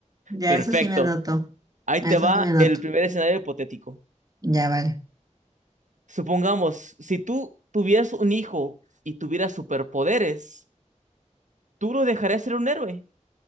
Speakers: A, on the right; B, on the right.
A: Ya,
B: Perfecto.
A: eso sí me anoto.
B: Ahí
A: A
B: te
A: eso
B: va
A: sí me anoto.
B: el primer escenario hipotético.
A: Ya, vale.
B: Supongamos, si tú tuvieras un hijo y tuvieras superpoderes, ¿tú lo dejarías ser un héroe?